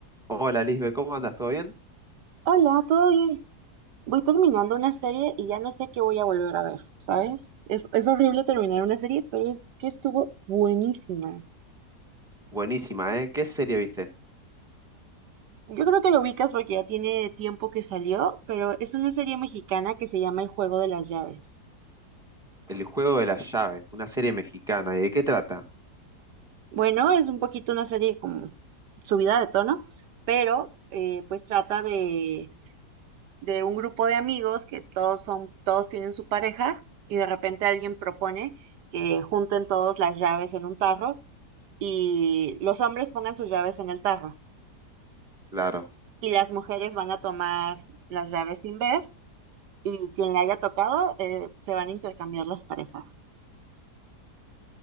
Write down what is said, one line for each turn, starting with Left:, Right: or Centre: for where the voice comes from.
Centre: Hola Lisbe, ¿cómo andas? ¿Todo bien?
Right: Hola, ¿todo bien? Voy terminando una serie y ya no sé qué voy a volver a ver, ¿sabes? Es, es horrible terminar una serie, pero es que estuvo buenísima.
Centre: Buenísima, ¿eh? ¿Qué serie viste?
Right: Yo creo que lo ubicas porque ya tiene tiempo que salió, pero es una serie mexicana que se llama El Juego de las Llaves.
Centre: El juego de la llave, una serie mexicana. ¿Y de qué trata?
Right: Bueno, es un poquito una serie como subida de tono, pero eh, pues trata de, de un grupo de amigos que todos son, todos tienen su pareja y de repente alguien propone que junten todos las llaves en un tarro y los hombres pongan sus llaves en el tarro
Centre: Claro.
Right: y las mujeres van a tomar las llaves sin ver y quien le haya tocado eh, se van a intercambiar las parejas.